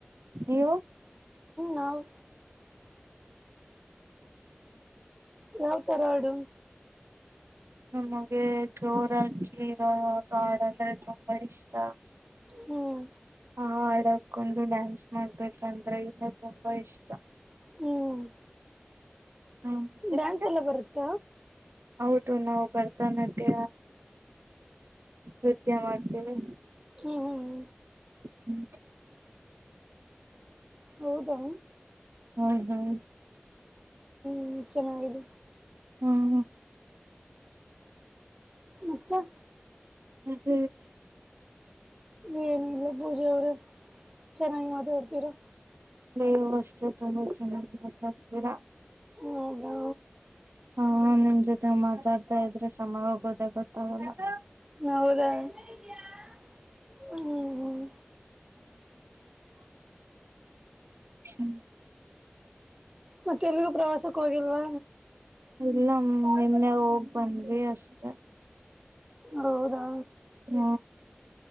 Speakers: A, on the right; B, on the right.
A: ನೀವು
B: ಹೌದು ಯಾವ್ ತರ ಆಡು
A: ನಮಗೆ ಜೋರಾಗಿ ಇರೋ ಹಾಡ ಅಂದ್ರೆ ತುಂಬಾ ಇಷ್ಟ
B: ಹ್ಮ್
A: ಆ ಹಾಡ ಹಾಕೊಂಡು ಡ್ಯಾನ್ಸ್ ಮಾಡ್ಬೇಕಂದ್ರೆ ಇನ್ನು ತುಂಬಾ ಇಷ್ಟ
B: ಹ್ಮ್
A: ಹ ನಿಮ್ಗೆ
B: ಡ್ಯಾನ್ಸ್ ಎಲ್ಲ ಬರತ್ತ
A: ಹೌದು ನಾವು ಭರ್ತನಾಟ್ಯ ನೃತ್ಯ ಮಾಡ್ತೀವಿ
B: ಹ್ಮ್ ಹ್ಮ್
A: ಹ್ಮ
B: ಹೌದಾ
A: ಹೌ ಹಾ
B: ಹ್ಮ ಚೆನ್ನಾಗಿದೆ
A: ಹ್ಮ್
B: ಮತ್ತೆ
A: ಹದ
B: ಏನಿಲ್ಲ ಪೂಜೆ ಅವ್ರೆ ಚೆನ್ನಾಗಿ ಮಾತಾಡ್ತೀರಾ
A: ನೀವು ಅಷ್ಟೆ ತುಂಬಾ ಚೆನ್ನಾಗಿ ಮಾತಾಡ್ತೀರಾ
B: ಹೌದಾ
A: ಹಾ ನಿಮ್ ಜೊತೆ ಮಾತಾಡ್ತಾ ಇದ್ರೆ ಸಮ ಹೋಗೋದ ಗೊತ್ತಾಗಲ್ಲ
B: ಹೌದಾ ಹ್ಮ ಹ್ಮ್
A: ಹ್ಮ್
B: ಮತ್ತೆಲ್ಲಿಗೂ ಪ್ರವಾಸಕ್ಕೂ ಹೋಗಿಲ್ವಾ
A: ಇಲ್ಲ ನಿನ್ನೆ ಹೋಗ್ ಬಂದ್ವಿ ಅಷ್ಟೆ
B: ಹೌದಾ
A: ಹ್ಮ